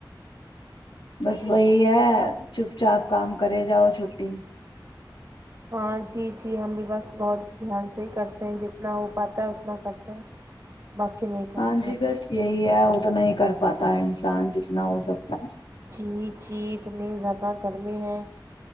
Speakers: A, on the left; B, on the right.
A: بس وہی ہے چوپ چاپ کام کرے جاؤ چھٹی
B: ہاں جی جی ہم بھی بس بہت دھیان سے ہی کرتے ہیں جتنا ہو پاتا ہے اتنا کرتے ہیں باقی نہیں کرتے
A: ہاں جی
B: ہیں
A: بس یہی ہے تو نہیں کر پاتا ہے انسان جتنا ہو سکتا ہے
B: جی جی اتنی زیادہ گرمی ہیں